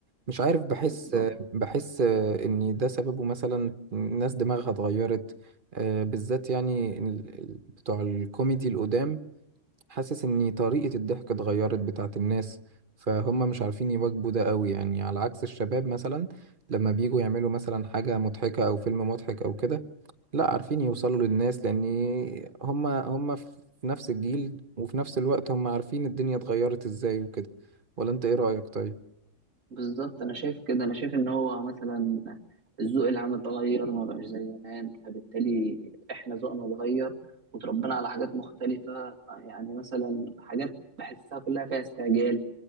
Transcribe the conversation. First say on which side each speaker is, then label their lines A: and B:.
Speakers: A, on the right; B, on the right.
A: مش عارف بحس
B: بالظبط
A: بحس آه، ان ده سببه مثلا ناس دماغها اتغيرت آه، بالذات يعني ال- ال- بتوع الكوميدي القدام حاسس ان طريقة الضحك اتغيرت بتاعت الناس فهم مش عارفين يواكبوا ده قوي يعني على عكس الشباب مثلا لما بييجوا يعملوا مثلا حاجة مضحكة او فيلم مضحك او كده لا عارفين يوصلوا للناس لان هم هم في نفس الجيل وفي نفس الوقت هم عارفين الدنيا اتغيرت ازاي وكده ولا انت ايه رأيك طيب
B: بالظبط انا شايف كده انا شايف ان هو مثلا الذوق العام اتغير ما بقاش زي زمان فبالتالي احنا ذوقنا اتغير وتربينا على حاجات مختلفة يعني مثلا حاجات بحسها كلها فيها استعجال